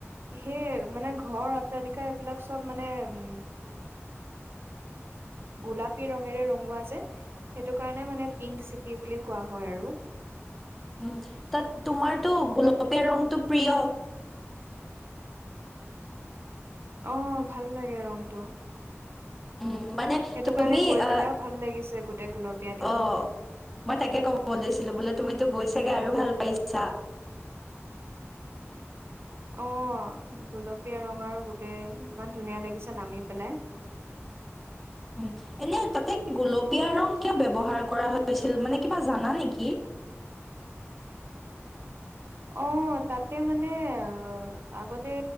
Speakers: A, on the right; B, in the centre.
A: সেই মানে ঘৰ অট্টালিকা এইবিলাক চব মানে উম
B: <inaudible>
A: গোলাপী ৰঙেৰে ৰঙোৱা যে সেইটো কাৰণে মানে পিংক চিটি বুলি কোৱা হয় আৰু।
B: উম, তাত তোমাৰতটো গোলপীয়া ৰংটো প্ৰিয়।
A: আহ ভাল লাগে ৰংটো।
B: উম মানে
A: সেইটো
B: তুমি
A: কাৰণে গৈ
B: আহ
A: পেলাইও ভাল লাগিছে। গোটেই গুলপীয়া দেখি।
B: অ' মই তাকে ক'ব খুজিছিলো বোলো তুমিতো গৈছি চাগে আৰু ভাল পাইছা।
A: অ' গোলপীয়া ৰং আৰু গোটেই ইমান ধুনীয়া লাগিছে নামি পেলাই।
B: <inaudible> এনে তাতে, গোলপীয়া ৰং কিয় ব্যৱহাৰ কৰা হৈছিল মানে কিবা জানা নেকি? <inaudible>
A: আহ তাতে মানে আহ আগতে